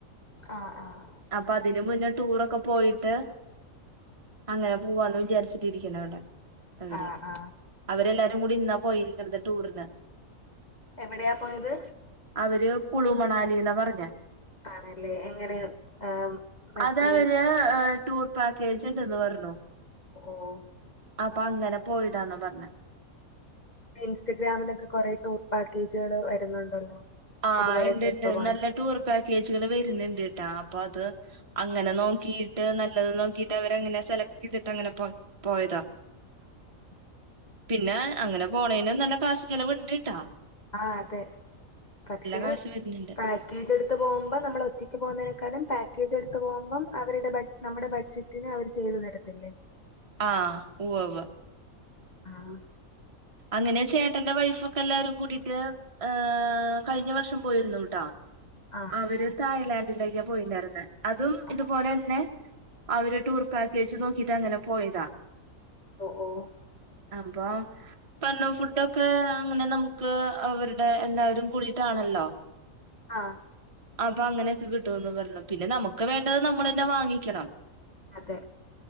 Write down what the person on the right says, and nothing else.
അപ്പൊ അതിന് മുന്നേ ടൂറൊക്കെ പോയിട്ട് അങ്ങനെ പോവാന്ന് വിചാരിച്ചിട്ടിരിക്ക്ണ അവിടെ അവര്
അവരെല്ലാവാരും കൂടി ഇന്നാ പോയിരിക്കണത് ടൂറിന്
അവര് കുളുമണാലിന്നാ പറഞ്ഞ
അത് അവര് ടൂർ പാക്കേജ് ണ്ടന്ന് പറഞ്ഞു
അപ്പം അങ്ങനെ പോയിതാന്ന പർഞ്ഞെ
ആഹ്
ഇണ്ട്ണ്ട്
നല്ല ടൂർ പാക്കേജുകള് വരുന്നുണ്ട്ട്ടാ അപ്പ അത് അങ്ങനെ നോക്കീട്ട് നല്ലത് നോക്കിട്ട് അവരെങ്ങനെ സെലക്ട് ചെയ്തിട്ട ങ്ങനെ പോ പോയതാ
പിന്നെ അങ്ങനെ പോണേയ്നും നല്ല കാശ് ചെലവ് ണ്ട്ട്ടാ
കാശ് വരുന്നുണ്ട്
ആഹ് ഉവവ്
അങ്ങനെ ചേട്ടന്റെ വൈഫൊക്കെ എല്ലാരും കൂടിട്ട ആഹ് കഴിഞ്ഞ വർഷം പോയിരുന്നു ട്ടാ
അവര്
തായ്ലാൻഡിലേക്ക പോയീണ്ടായിര്ന്നെ അതും
ഇതുപോലെന്നെ അവര് ടൂർ പാക്കേജ് നോക്കിട്ട് അങ്ങനെ പോയതാ
അപ്പൊ പ്പന്ന ഫുഡൊക്കെ അങ്ങനെ നമുക്ക് അവര്ടെ എല്ലാവരും കൂടിട്ടാണല്ലോ
അപ്പൊ അങ്ങനെയൊക്കെ കിട്ടുമന്ന് പറഞ്ഞു പിന്നെ നമുക്ക് വേണ്ടത് നമ്മള് തന്നെ വാങ്ങിക്കണം